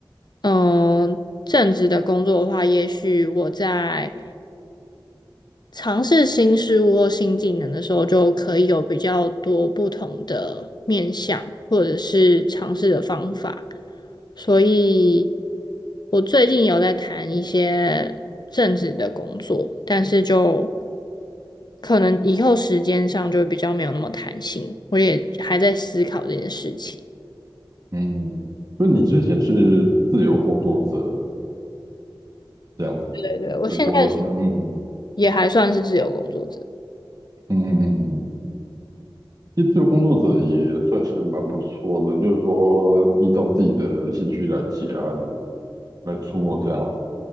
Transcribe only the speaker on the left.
嗯、呃正职的工作的话，也许我在尝试新事物或新技能的时候，就可以有比较多不同的面向，或者是尝试的方法。所以，我最近有在谈一些政治的工作，但是就可能以后时间上就比较没有那么弹性。我也还在思考这件事情。
对对，我现在
也还算是自由工作者，